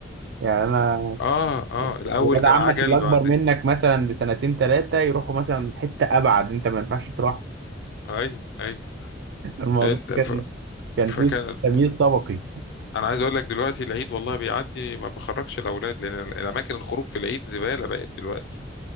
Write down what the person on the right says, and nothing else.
يعني انا
ولاد
عمك
اللي اكبر
منك مثلا بسنتين ثلاثه يروحوا مثلا حته ابعد انت ما ينفعش تروح
فالموضوع
كان كان
فيه تمييز طبقي